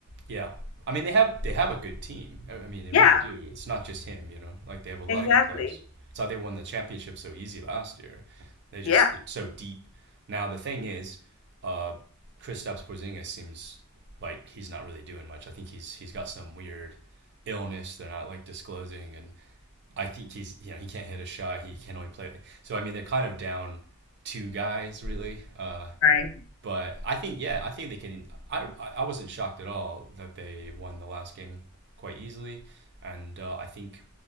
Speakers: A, on the right (about 50°); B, on the left (about 65°).
A: Yeah. I mean, they have they have a good team. I I mean, they
B: Yeah,
A: really do. It's not just him, you know. Like they have a lot
B: exactly.
A: of good players. It's how they won the championship so easy last year. They're just
B: Yeah,
A: so deep. Now the thing is, uh, Kristaps Porzingis seems like he's not really doing much. I think he's he's got some weird illness they're not like disclosing, and I think he's you know he can't hit a shot. He can only play. So I mean, they're kind of down two guys really. Uh,
B: right.
A: but I think, yeah, I think they can. I, I wasn't shocked at all that they won the last game quite easily, and uh, I think